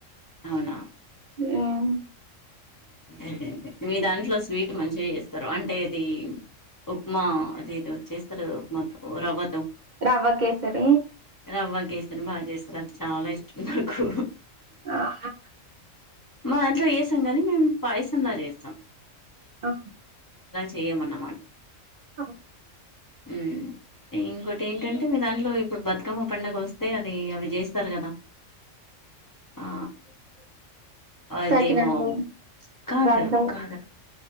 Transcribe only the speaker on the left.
అవునా
అదే అదే మీ దాంట్లో స్వీట్ మంచిగా చేస్తార అంటే ఇది ఉప్మా అది ఏదో చేస్తారు గా ఉప్మాతో రవ్వతో
రవ్వ కేసారి బాగా చేస్తారు అది చాలా ఇష్టం నాకు
మా ఇంట్లో చేస్తాం కానీ మేము పాయసంలా చేస్తాం
చేయమన్నమాట
ఉను ఇంకోటి ఏంటంటే మీ దాంట్లో ఇప్పుడు బతుకమ్మ పండుగ వస్తే అది అవి చేస్తారు కదా ఆ అదేమో
కాదు కాదు